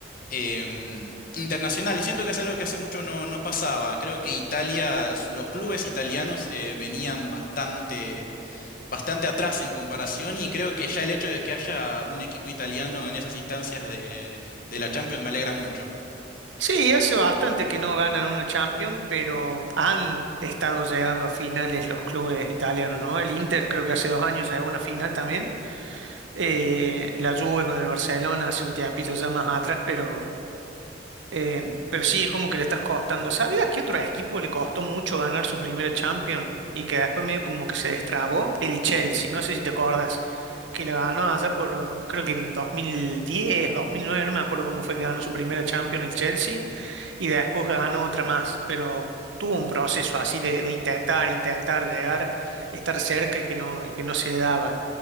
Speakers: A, on the left (about 50°); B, on the right (about 85°).
A: em, internacional. Y siento que es algo que hace mucho no, no pasaba. Creo que Italia, s- los clubes italianos eh, venían bastante, bastante atrás en comparación y creo que ya el hecho de que haya un equipo italiano en esas instancias de, de la Champions me alegra mucho.
B: Sí, hace bastante que no ganan una Champions, pero han estado llegando a finales los clubes italianos, ¿no? El Inter creo que hace dos años llegó a una final también. Eh, la Juve con el Barcelona hace un tiempito ya más atrás, pero, eh, pero sí, es como que le estás costando. ¿Sabías qué otro equipo le costó mucho ganar su primera Champions y que después medio como que se destrabó? El Chelsea, no sé si te acuerdas, que le ganó allá por, creo que en el 2010, 2009, no me acuerdo cuándo fue que ganó su primera Champions el Chelsea. Y después ganó otra más, pero tuvo un proceso así de, de intentar, intentar llegar, estar cerca y que no, y que no se le daba.